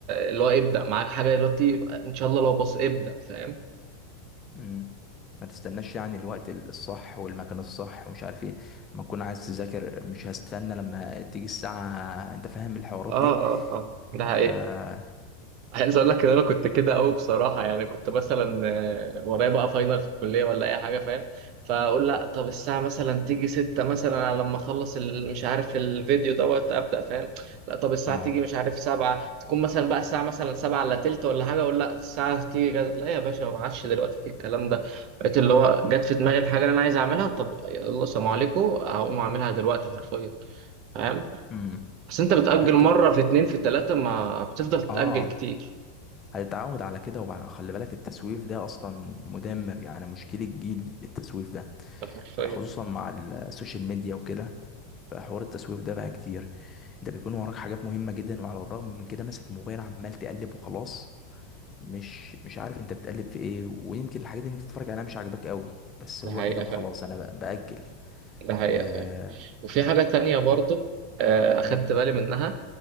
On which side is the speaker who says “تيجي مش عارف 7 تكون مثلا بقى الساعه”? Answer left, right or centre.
Right